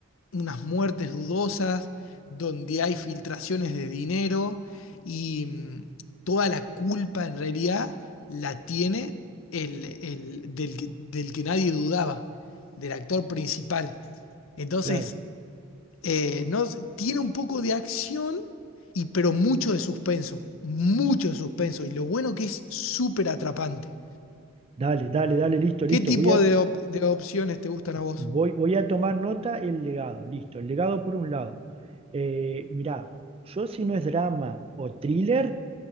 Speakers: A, on the left; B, on the right.
A: unas muertes dudosas, donde hay filtraciones de dinero y mm, toda la culpa en realidad la tiene el, el- del, que- del que nadie dudaba, del actor principal. Entonces,
B: Claro.
A: eh, no, tiene un poco de acción, y, pero mucho de suspenso, mucho de suspenso. Y lo bueno que es súper atrapante.
B: Dale, dale, dale, listo, listo.
A: ¿Qué tipo
B: Voy a,
A: de, op- de opciones te gustan a vos?
B: voy, voy a tomar nota el legado. Listo, el legado por un lado. Eh, mirá, yo si no es drama o thriller,